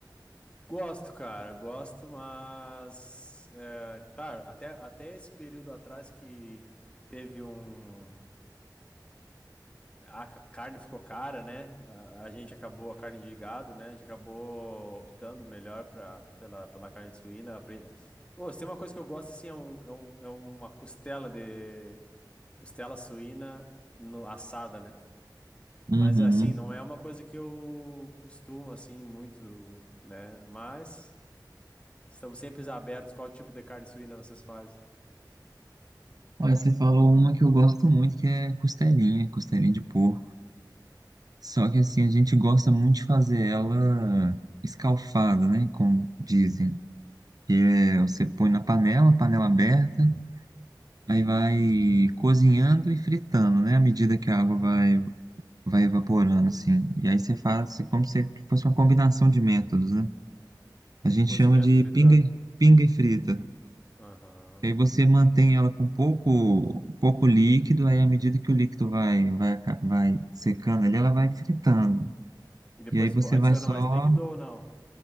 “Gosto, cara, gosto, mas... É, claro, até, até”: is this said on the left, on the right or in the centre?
Left